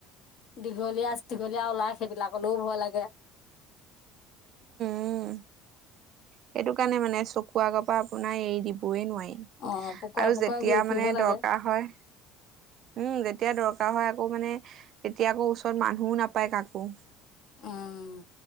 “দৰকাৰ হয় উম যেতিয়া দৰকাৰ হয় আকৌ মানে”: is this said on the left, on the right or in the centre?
Right